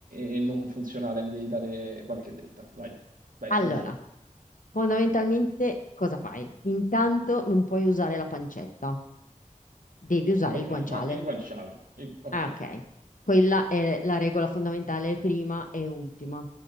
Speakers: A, on the right; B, on the left.
A: e- e non funzionale, mi devi dare qualche dritta. Vai, vai,
B: Allora,
A: sono tuo.
B: fondamentalmente cosa fai? Intanto non puoi usare la pancetta, devi usare
A: Ok,
B: il guanciale.
A: il, gua- il guanciale. Il- ok.
B: Ah, ok. Quella è la regola fondamentale prima e ultima.